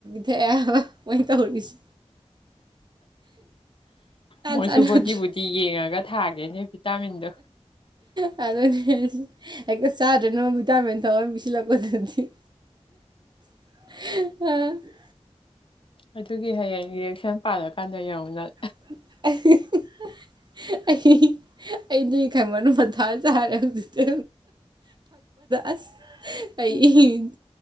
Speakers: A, on the right; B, on the left.
A: ꯄꯊꯦ ꯃꯣꯏ ꯏ ꯇꯁꯤ
B: ꯃꯣꯏꯁꯨ
A: ꯆꯥꯟꯅꯗ꯭ꯔꯦ
B: ꯕꯣꯗꯤꯤ ꯕꯣꯗꯤꯤ ꯌꯦꯡꯉꯒ ꯊꯥꯒꯦꯅꯦ ꯚꯤꯇꯥꯃꯤꯟꯗꯣ
A: ꯑꯗꯨ ꯍꯦꯛꯇ ꯆꯥꯗ꯭ꯔꯅ ꯚꯇꯥꯃꯤꯟ ꯊꯧꯔ ꯑꯃ ꯄꯤꯁꯤꯜꯂꯛꯄꯗꯗꯤ <unintelligible>
B: ꯑꯗꯨꯒꯤ ꯍꯌꯦꯡ ꯔꯤꯌꯦꯁꯟ ꯄꯥꯜꯂꯀꯥꯟꯗ ꯌꯦꯡꯎꯅꯪ
A: <unintelligible> ꯑꯩ ꯑꯩꯗꯤ ꯈꯪꯕꯟ ꯃꯊꯥꯖ ꯍꯥꯏꯔꯦ ꯍꯧꯖꯤꯛꯁꯦ ꯑꯁ ꯑꯩ
B: ꯎꯝ